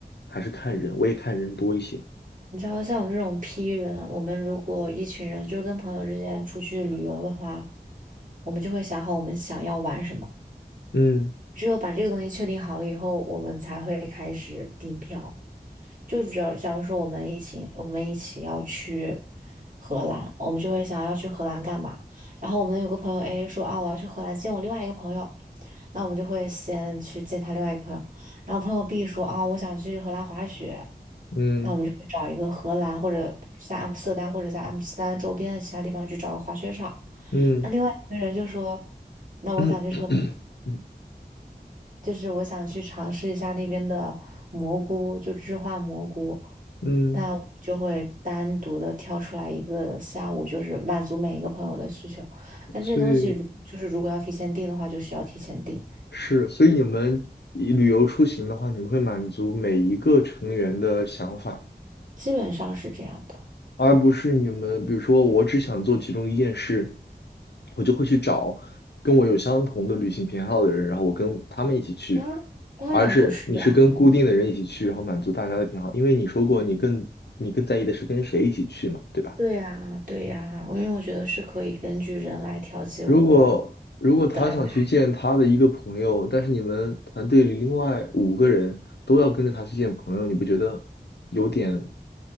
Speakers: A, on the left (about 80°); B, on the right (about 50°).
A: 还是看人，我也看人多一些。
B: <laughs> 你知道像我们这种 P 人，我们如果一群人就是跟朋友之间出去旅游的话，我们就会想好我们想要玩什么，
A: 嗯
B: 只有把这个东西确定好了以后，我们才会开始订票。就只要假如说我们一起，我们一起要去荷兰，我们就会想要去荷兰干嘛？然后我们有个朋友 A 说啊，我要去荷兰见我另外一个朋友，那我们就会先去见他另外一个朋友。然后朋友 B 说啊，我想去荷兰滑雪，
A: 嗯。
B: 那我们就去找一个荷兰或者在阿姆斯特丹或者在阿姆斯特丹周边的其他地方去找个滑雪场。
A: 嗯
B: 那另外一个人就说，那我想去车。
A: 嗯 <clears throat>
B: 就是我想去尝试一下那边的蘑菇，就置换蘑菇，
A: 嗯，
B: 那我就会单独的挑出来一个下午，就是满足每一个朋友的需求。但这些东西如就是如果要提前订的话，
A: 所以
B: 就需要提前订，
A: 是，所以你们以旅游出行的话，你们会满足每一个成员的想法，
B: 基本上是这样的。
A: 而不是你们，比如说我只想做其中一件事，我就会去找跟我有相同的旅行偏好的人，然后我跟他们一起去，
B: 当当然不是啦，
A: 而是你是跟固定的人一起去，然后满足大家的偏好，因为你说过你更你更在意的是跟谁一起去嘛，对吧？
B: 对呀，对呀，我因为我觉得是可以根据人来调节我
A: 如果如果他想去见他的一个朋友，
B: 的安排。
A: 但是你们团队里另外五个人都要跟着他去见朋友，你不觉得有点